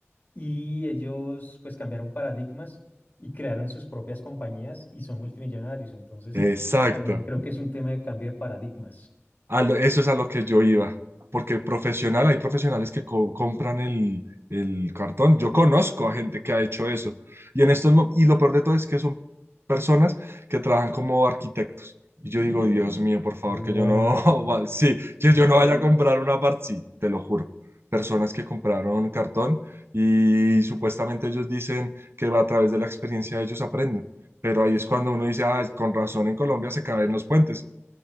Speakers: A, on the left; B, on the right.
A: y ellos pues cambiaron paradigmas y crearon sus propias compañías y son multimillonarios. Entonces,
B: Exacto.
A: también creo que es un tema de cambio de paradigmas.
B: A lo- eso es a lo que yo iba, porque profesional, hay profesionales que co- compran el, el cartón. Yo conozco a gente que ha hecho eso. Y en estos, mo- y lo peor de todo es que son personas que trabajan como arquitectos. Y yo digo, Dios mío, por favor,
A: Wow.
B: que yo no, <laughs> va- sí, que
A: ¿En
B: yo
A: serio?
B: no vaya a comprar una parte, sí, te lo juro. Personas que compraron cartón y supuestamente ellos dicen que va a través de la experiencia ellos aprenden. Pero ahí es cuando uno dice, ah, con razón en Colombia se caen los puentes.